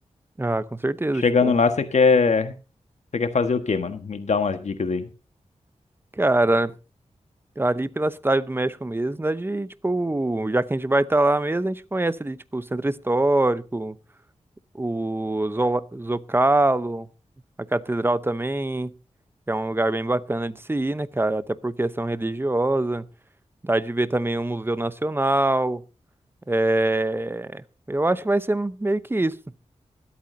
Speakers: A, on the right (about 15°); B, on the left (about 65°).
A: Ah, com certeza,
B: Chegando
A: tipo,
B: lá, você quer, você quer fazer o quê, mano? Me dá umas dicas aí.
A: cara, ali pela cidade do México mesmo, né, de, tipo, já que a gente vai estar lá mesmo, a gente conhece ali, tipo, o Centro Histórico, o Zola- Zocalo, a Catedral também, que é um lugar bem bacana de se ir, né, cara, até por questão religiosa, dá de ver também o Museu Nacional, é... eu acho que vai ser meio que isso,